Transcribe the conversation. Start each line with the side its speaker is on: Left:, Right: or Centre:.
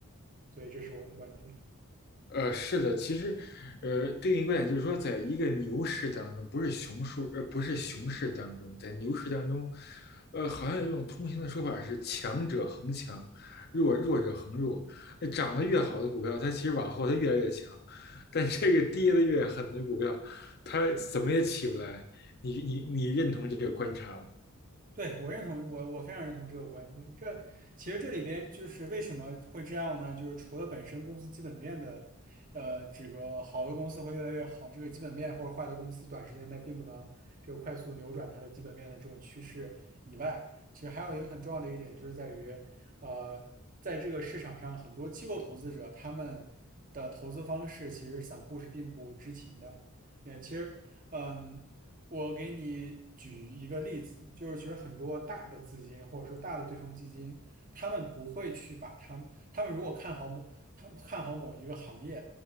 Right: 所以，这是我的观点。
Left: 呃，是的，其实，呃，对应观点就是说，在一个牛市当中，不是熊市，呃，不是熊市当中，在牛市当中，呃，好像有一种通行的说法是强者恒强，弱弱者恒弱。那涨得越好的股票，它其实往后它越来越强，但这个跌得越狠的股票，它怎么也起不来。你你你认同这个观察吗？
Right: 对，我认同，我我非常认同这个观点。这其实这里边就是为什么会这样呢？就是除了本身公司基本面的，呃，这个好的公司会越来越好，这个基本面或者坏的公司短时间内并不能这个快速扭转它的基本面的这种趋势以外，其实还有一个很重要的一点就是在于，呃，在这个市场上，很多机构投资者他们的投资方式其实散户是并不知情的。也其实，嗯。我给你举一个例子，就是其实很多大的资金或者说大的对冲基金，他们不会去把他们，他们如果看好某，他们看好某一个行业